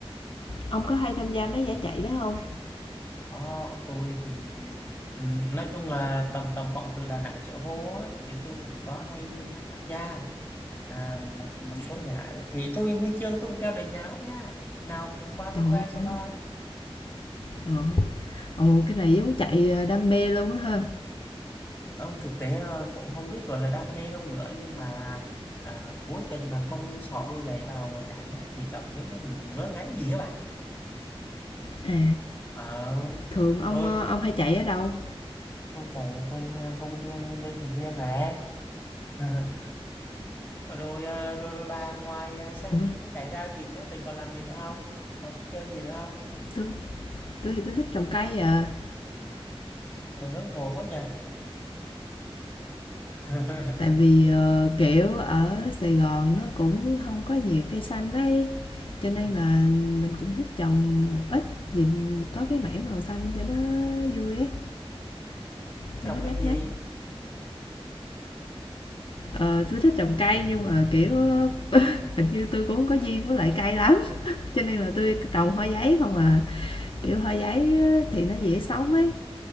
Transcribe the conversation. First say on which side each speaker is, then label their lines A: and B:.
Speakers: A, on the left (about 55°); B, on the left (about 20°).
A: ông có hay tham gia mấy giải chạy đó không
B: Đó, tôi thì ừ, nói chung là tầm tầm khoảng từ Đà Nẵng trở vô á, thì tôi cũng có hay hay tham gia à, một, một số giải thì tôi huy chương tôi cũng treo đầy nhà lắm nha nào cùng qua
A: trời
B: tôi khoe
A: ơi
B: cho coi
A: ờ ồ cái này giống chạy ờ, đam mê luôn á ha
B: ông thực tế là cũng không biết, gọi là, đam mê không nữa, nhưng mà, à, cố tình mà không xỏ đôi giày vào mà chạy á, thì cảm thấy nó bị ngứa ngáy gì các bạn.
A: à
B: Ờ,
A: thường ông
B: rồi
A: ờ, ông hay chạy ở đâu
B: con chạy ở quanh, a, công viên Lê Thị Riêng này <laughs> rồi, à, rồi rồi bà ngoài, à, xem
A: ủa
B: phim với chạy ra thì cuối tuần còn làm gì nữa không Còn thích chơi gì nữa không
A: tôi tôi thì tôi thích trồng cây à
B: Ờ, hướng nội quá nhỉ? <laughs>
A: Tại vì, ờ, kiểu, ở Sài Gòn nó cũng không có nhiều cây xanh ấy, cho nên
B: Ừm,
A: là mình cũng thích trồng một ít, nhìn có cái mảng màu xanh cho nó vui ấy, cho
B: trồng
A: nó
B: cái
A: mát
B: gì?
A: mát. Ờ, tui thích trồng cây nhưng mà, kiểu, hình như tôi cũng hông có duyên với lại cây lắm, cho nên là tôi trồng hoa giấy không à. Kiểu, hoa giấy thì nó dễ sống ấy,